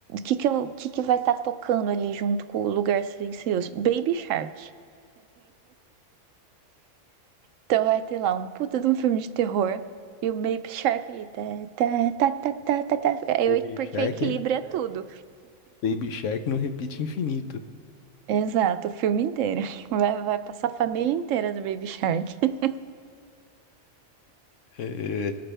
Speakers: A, on the right; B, on the left.
A: que que eu, que que vai estar tá tocando ali junto com o lugar silencioso? Baby Shark. Então vai ter lá um puta de um filme de terror e o Baby Shark ali tá tá tá tá tá tá, tá. É,
B: Baby
A: eu- porque
B: Shark,
A: equilíbrio é tudo.
B: Baby Shark não repite infinito.
A: Exato, o filme inteiro. <laughs> Vai, vai passar a família inteira do Baby Shark. <laughs>
B: É,